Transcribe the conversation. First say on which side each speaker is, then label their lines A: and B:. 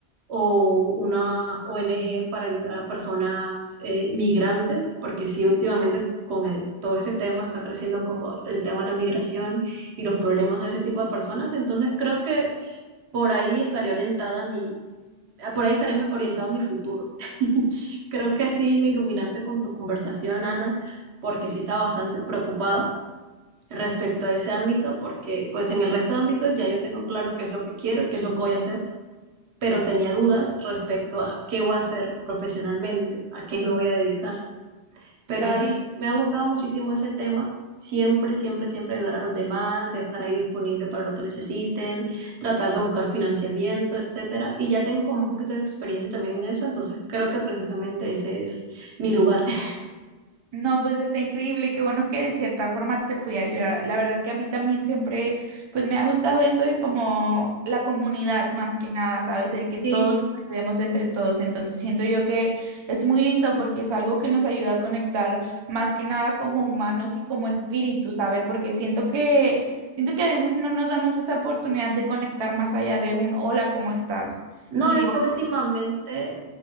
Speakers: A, on the right; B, on the right.
A: o una ONG para ayudar a personas eh, migrantes, porque sí, últimamente con el- todo este tema está creciendo como el tema de la migración y los problemas de ese tipo de personas, entonces creo que por ahí estaría orientada mi, ah, por ahí estaría orientado mi futuro. <laughs> Creo que sí me iluminaste con tu conversación, Ana, porque sí está bastante preocupada. respecto a ese ámbito, porque pues en el resto de ámbitos ya yo tengo claro qué es lo que quiero, qué es lo que voy a hacer, pero tenía dudas respecto a qué voy a hacer profesionalmente, a qué me voy a dedicar. Pero
B: Claro,
A: sí, me ha gustado muchísimo ese tema. Siempre, siempre, siempre ayudar a los demás, estar ahí disponible para lo que necesiten, tratar de buscar financiamiento, etcétera. Y ya tengo como un poquito de experiencia también en eso, entonces creo que precisamente ese es mi lugar. <laughs>
B: No, pues está increíble, qué bueno que de cierta forma te pude ayudar. La verdad que a mí también siempre, pues me ha gustado eso de como la comunidad más que nada, ¿sabes? El que todos
A: Sí.
B: nos ayudemos entre todos. Entonces siento yo que es muy lindo porque es algo que nos ayuda a conectar más que nada como humanos y como espíritu, ¿sabes? Porque siento que, siento que a veces no nos damos esa oportunidad de conectar más allá de un hola, ¿cómo estás?
A: No,
B: Y
A: es
B: digo,
A: que últimamente,